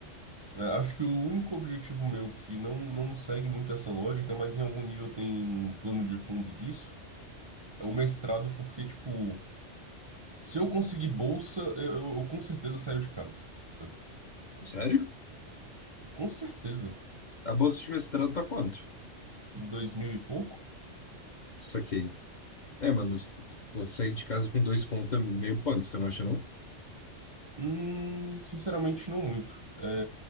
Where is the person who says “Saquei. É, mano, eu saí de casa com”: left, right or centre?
Left